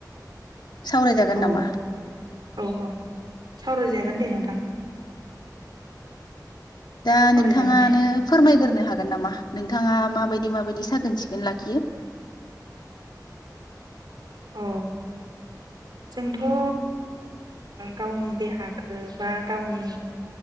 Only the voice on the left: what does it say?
सावरायजागोन
नामा
दा
नोंथाङानो
फोरमायग्रोनो हा गोन नामा नोंथाङा मााबायदि माबायदि साखोन सिखोन लाखियो।